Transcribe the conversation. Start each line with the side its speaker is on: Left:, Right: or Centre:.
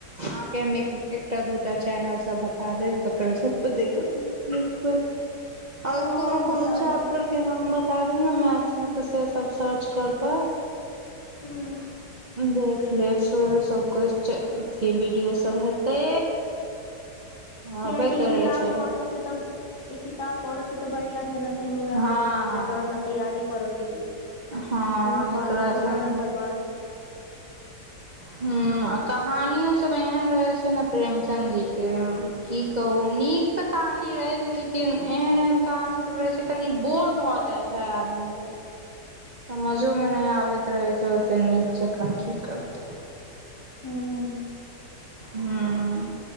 Right: आहां के हम एक एकटा, दूटा चैनल सब बता देब, त कल्हि स अपन देखत रहब। <unintelligible> आ
Left: हँ
Right: ए कोनो-कोनो
Left: बता
Right: चैपटर
Left: देब
Right: के नाम बता दिहे मैथ्स मे तऽ से सब सर्च कर कऽ
Left: हूँ
Right: देख लेब सेहो सब कोस्चन। थी वीडियो सब हेतै। हबे
Left: किया कि इ
Right: करै
Left: किताब
Right: छै
Left: पढ़ै से त ई किताब पढ़ऽ से त बढ़ियां छै न, कि हम उएह
Right: हँ हँ
Left: पढ़ू जेकर हमरा तैयारी करऽ के अछि,
Right: हँ
Left: ओयमे
Right: एकरा
Left: फालतू
Right: से
Left: समय बर्बाद
Right: हम्म आ कहानियो सब एहन रहै छै ने प्रेमचंद जी के, की कहू नीक तऽ कहानी रहे छै, लेकिन एहन-एहन कहानी सब रहे छै, कनी बोर भ जाय छै आदमी सब। समझो मे नहि आबैत रहै छै, ओते नीक जकाँ की करतै।
Left: हूँ
Right: हम्म